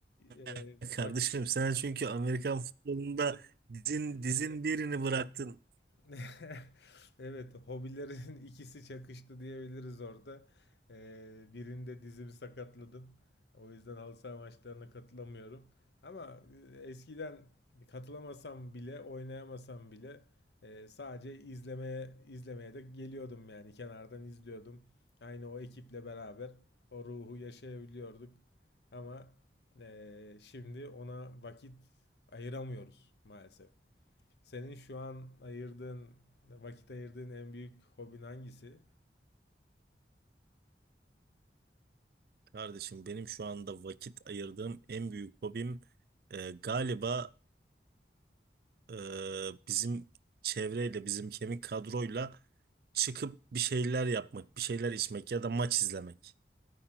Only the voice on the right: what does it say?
<laughs>
Kardeşim
sen çünkü Amerikan futbolunda dizin dizin birini bıraktın.
Kardeşim benim şu anda vakit ayırdığım en büyük hobim e, galiba e, bizim çevreyle, bizim kemik kadroyla çıkıp bir şeyler yapmak, bir şeyler içmek ya da maç izlemek.